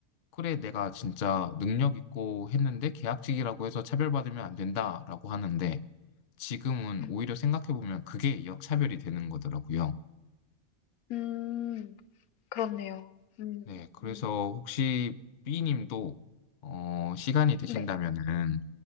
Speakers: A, on the left; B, on the left.
A: 그래, 내가 진짜 능력 있고 했는데 계약직이라고 해서 차별받으면 안 된다라고 하는데 지금은
B: 음.
A: 오히려 생각해보면 그게 역차별이 되는 거더라고요.
B: 음. 그렇네요. 음.
A: 네, 그래서
B: 음.
A: 혹시 B님도 어, 시간이 되신다면은
B: 네.